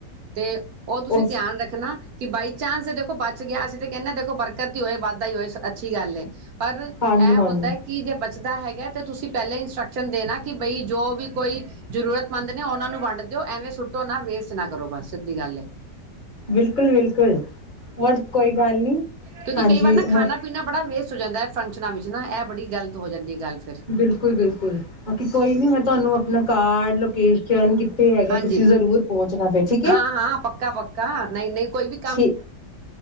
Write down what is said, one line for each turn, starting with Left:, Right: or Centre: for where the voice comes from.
Right: ਤੇ ਉਹ ਤੁਸੀਂ
Left: ਉਸ
Right: ਧਿਆਨ ਰੱਖਣਾ ਕਿ ਬਾਈ ਚਾਂਸ ਤੇ ਦੇਖੋ ਬਚ ਗਿਆ ਅਸੀ ਤੇ ਕਹਿੰਨੇ ਆ ਦੇਖੋ ਬਰ ਕਦੀ ਹੋਏ ਵਾਧਾ ਹੀ ਹੋਏ ਅੱਛੀ ਗੱਲ ਏ ਪਰ ਇਹ
Left: ਹਾਂਜੀ-ਹਾਂਜੀ
Right: ਹੁੰਦਾ ਕਿ ਜੇ ਬ ਸਿਦਾ ਹੈਗਾ ਤੇ ਤੁਸੀਂ ਪਹਿਲੇ ਇੰਸਟਰਕਸ਼ਨ ਦੇਣਾ ਕੀ ਬਈ ਜੋ ਵੀ ਕੋਈ ਜ਼ਰੂਰਤਮੰਦ ਨੇ ਉਹਨਾਂ ਨੂੰ ਵੰਡ ਦਿਓ, ਐਵੇਂ ਸੁੱਟੋ ਨਾ ਵੇਸਟ ਨਾ ਕਰੋ ਬਸ ਸਿੱਧੀ ਗੱਲ ਏ
Left: ਬਿਲਕੁਲ-ਬਿਲਕੁਲ, ਹੋਰ ਕੋਈ ਗੱਲ ਨੀ
Right: ਕਿਉਕ
Left: ਹਾਂਜੀ
Right: ਕਈ ਵਾਰ ਨਾ ਖਾਣਾ
Left: ਹੁਣ
Right: ਪੀਣਾ ਬੜਾ ਵੇਸਟ ਹੋ ਜਾਂਦਾ ਫੰਕਸ਼ਨਾਂ ਵਿੱਚ ਨਾ, ਇਹ ਬੜੀ ਗ਼ਲਤ ਹੋ ਜਾਂਦੀ ਹੈ ਗੱਲ ਫਿਰ
Left: ਬਿਲਕੁਲ-ਬਿਲਕੁਲ, ਬਾਕੀ ਕੋਈ ਨੀ ਮੈਂ ਤੁਹਾਨੂੰ ਆਪਣਾ ਕਾਰਡ, ਲੋਕੇਸ਼ਨ, ਕਿੱਥੇ ਹੈਗਾ
Right: ਹਾਂਜੀ
Left: ਤੁਸੀਂ ਜ਼ਰੂਰ ਪਹੁੰਚਨਾ ਫਿਰ ਠੀਕ ਹੈ
Right: ਹਾਂ ਹਾਂ ਪੱਕਾ ਪੱਕਾ ਨਹੀਂ ਨਹੀਂ ਕੋਈ ਵੀ
Left: ਠੀ